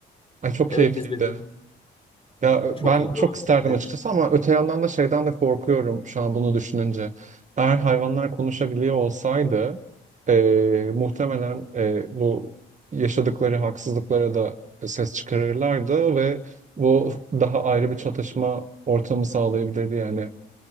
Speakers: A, on the right; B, on the left.
A: Ay çok
B: Evet
A: keyifliydi.
B: izledim.
A: Ya
B: Çok
A: ben
B: iyiydi
A: çok
B: o.
A: isterdim
B: Evet.
A: açıkçası ama öte yandan da şeyden de korkuyorum şu an bunu düşününce. Eğer hayvanlar konuşabiliyor olsaydı eee, muhtemelen eee, bu yaşadıkları haksızlıklara da ses çıkarırlardı ve bu daha ayrı bir çatışma ortamı sağlayabilirdi yani.